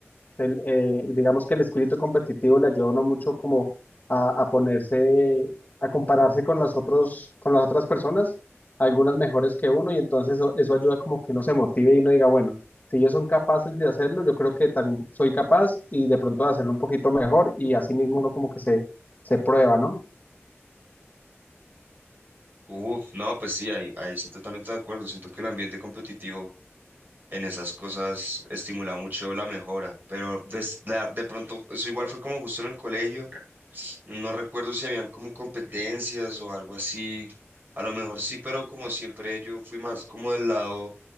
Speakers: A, on the left; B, on the right.
A: El, eh, digamos que el espíritu competitivo le ayuda a uno mucho como a, a ponerse, a compararse con las otros, con las otras personas, algunas mejores que uno, y entonces eso, eso ayuda como que uno se motive y uno diga, bueno, si ellos son capaces de hacerlo, yo creo que también soy capaz y de pronto de hacerlo un poquito mejor y así mismo uno como que se, se prueba, ¿no?
B: Uf, no, pues sí, ahí, ahí sí totalmente de acuerdo, siento que el ambiente competitivo en esas cosas estimula mucho la mejora, pero des- la- de pronto eso igual fue como justo en el colegio, no recuerdo si habían como competencias o algo así, a lo mejor sí, pero como siempre yo fui más como del lado